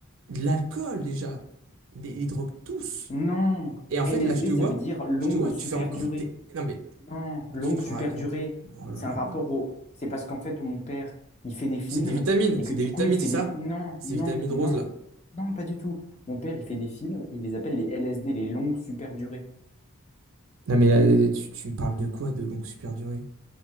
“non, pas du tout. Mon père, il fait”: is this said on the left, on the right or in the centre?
Left